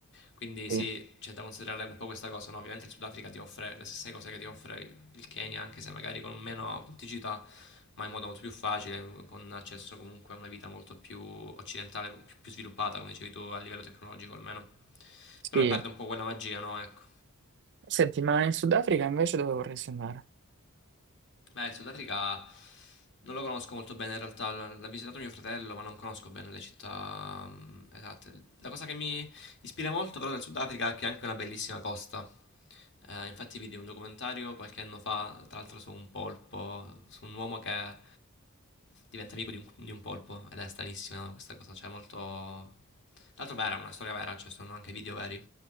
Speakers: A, on the left; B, on the right.
A: Quindi
B: Sì.
A: sì, c'è da considerare un po' questa cosa, no? Ovviamente il Sudafrica ti offre le stesse cose che ti offre il Kenya, anche se magari con meno autenticità, ma in modo molto più facile, con accesso comunque a una vita molto più occidentale, più, più sviluppata, come dicevi tu, a livello tecnologico almeno. Però
B: Sì.
A: perde un po' quella magia, no? Ecco.
B: Senti, ma in Sudafrica invece dove vorresti andare?
A: Beh, il Sudafrica non lo conosco molto bene in realtà, l- l'ha visitato mio fratello, ma non conosco bene le città mm, esatte. La cosa che mi Ispira molto però del Sudafrica che ha anche una bellissima costa. Eh, infatti vidi un documentario qualche anno fa, tra l'altro su un polpo, su un uomo che diventa amico di un, di un polpo ed è stranissima questa cosa, cioè molto... Tra l'altro vera, una storia vera, cioè sono anche video veri.